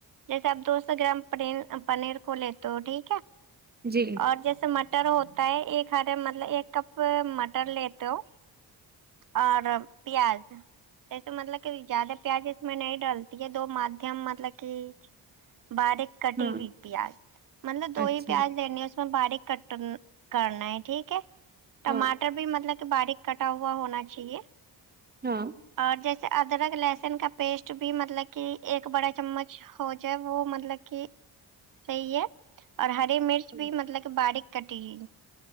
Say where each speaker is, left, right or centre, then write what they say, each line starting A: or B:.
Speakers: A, on the right; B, on the right.
A: جیسے آپ دو سو گرام پ پنیر کو لیتے ہو ٹھیک ہے
B: جی
A: اور جیسے مٹر ہوتا ہے ایک ہارے مطلب ایک کپ مٹر لیتے ہو اور پیاز جیسے مطلب کہ زیادہ پیاز اس میں نہیں ڈلتی ہے دو مادھیم مطلب کہ باریک کٹی
B: ہاں
A: ہوئی پیاز مطلب دو
B: اچھا
A: ہی پیاز لنے اس اس باریک کٹن کرنا ہے ٹھیک ہے ٹماٹر
B: ہاں
A: بھی مطلب کہ باریک کٹا ہوا ہونا چاہیے
B: ہاں
A: اور جیسے ادرک لہسن کا پیسٹ بھی مطلب کہ ایک بڑا چمچ ہو جائے وہ مطلب کہ صحیح ہے اور ہری مرچ
B: ہاں،
A: بھی مطلب کہ باریک کٹی لی